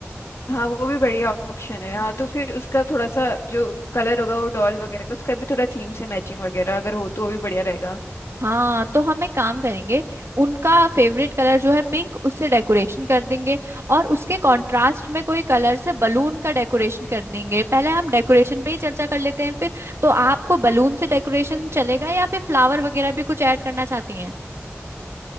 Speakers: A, on the left; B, on the right.
A: हाँ वो भी बढ़िया ऑप्शन है हाँ तो फिर उसका थोड़ा सा जो कलर होगा वो डॉल वगैरह का उसका भी थोड़ा थीम से मैचिंग वगैरह अगर हो तो वो भी बढ़िया रहेगा
B: हाँ तो हम एक काम करेंगे उनका फेवरेट कलर जो है पिंक उससे डेकोरेशन कर देंगे और उसके कंट्रास्ट में कोई कलर से बलून का डेकोरेशन कर देंगे पहले हम डेकोरेशन पे ही चर्चा कर लेते हैं फिर तो आपको बलून से डेकोरेशन चलेगा या फिर फ्लावर वगैरह भी कुछ ऐड करना चाहती हैं